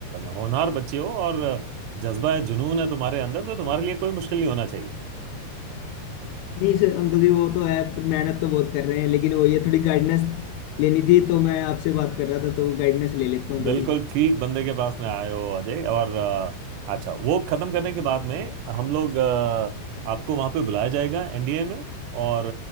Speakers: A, on the right; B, on the left.
A: होनहार बच्चे हो और जज्बा है जुनून है तुम्हारे अंदर तो तुम्हारे लिए कोई मुश्किल नहीं होना चाहिए
B: नहीं सर अंकल जी वो तो है पर मेहनत तो बहुत कर रहे हैं लेकिन वो ये थोड़ी गाइडेंस लेनी थी तो मैं आपसे बात कर रहा था तो गाइडेंस ले लेता हूँ
A: बिल्कुल
B: थोड़ी
A: ठीक बंदे के पास में आए हो अजय और अ, अच्छा वो खत्म करने के बाद में हम लोग अ, आपको वहां पे बुलाया जाएगा एनडीए में और